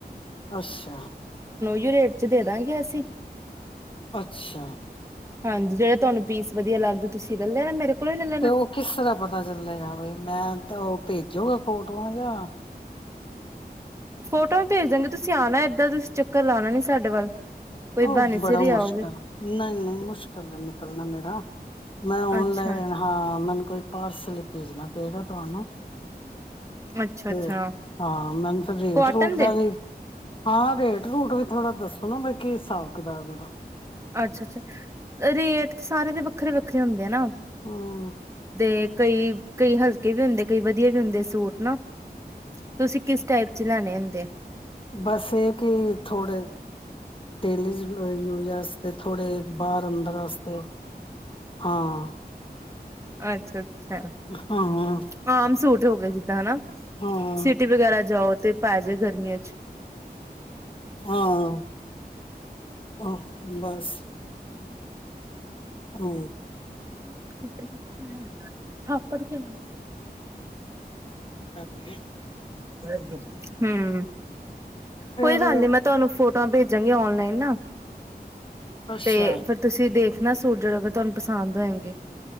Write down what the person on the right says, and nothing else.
ਉਹੀ ਰੇਟ ਚ ਦੇ ਦਾਂਗੇ ਅਸੀਂ।
ਹਾਂਜੀ ਜਿਹੜਾ ਤੁਹਾਨੂੰ ਪੀਸ ਵਧੀਆ ਲੱਗ ਤੁਸੀਂ ਲੱਲੇ ਨਾ ਮੇਰੇ ਕੋਲੋਂ ਹੀ ਲੈ ਲੈਣਾ
ਫੋਟੋ ਵੀ ਭੇਜ ਦਾਂਗੇ, ਤੁਸੀਂ ਆਣਾ ਨੀ ਇਦਰ, ਤੁਸੀਂ ਚੱਕਰ ਆਣਾ ਨੀ ਸਾਡੇ ਵੱਲ। ਕੋਈ
ਬਹਾਨੇ ਸਿਰ
ਹੀ
ਆਓਗੇ
ਅੱਛਾ
ਅੱਛਾ
ਅੱਛਾ
ਕੋਟਨ
ਦੇ
ਅੱਛਾ-ਅੱਛਾ, ਰੇਟ ਤੇ ਸਾਰੇ ਦੇ ਵੱਖਰੇ-ਵੱਖਰੇ ਹੁੰਦੇ ਆ ਨਾ।
ਦੇ ਕਈ ਕਈ ਹਲਕੇ ਵੀ ਹੁੰਦੇ, ਕਈ ਵਧੀਆ ਵੀ ਹੁੰਦੇ ਸੂਟ ਨਾ। ਤੁਸੀਂ ਕਿਸ ਟਾਈਪ ਚ ਲਾਣੇ ਹੁੰਦੇ? ਤੇ
ਅੱਛਾ। ਛਾ,
ਆਮ ਸੂਟ ਹੋ ਗਏ ਜਿੱਦਾਂ ਹਨਾ,
ਸਿਟੀ ਵਗੈਰਾ ਜਾਓ ਤੇ ਪੈ ਜੇ ਗਰਮੀਆਂ ਚ
<unintelligible> ਥਾਪੜ ਕੇ
<unintelligible> ਹੂੰ,
ਕੋਈ ਗੱਲ ਨੀ ਮੈਂ ਤੁਆਨੂੰ ਫੋਟ ਤਾਂ ਭੇਜਾਂਗੀ ਓਨਲਾਈਨ ਨਾ।
ਤੇ ਫੇਰ ਤੁਸੀ ਦੇਖ <unintelligible>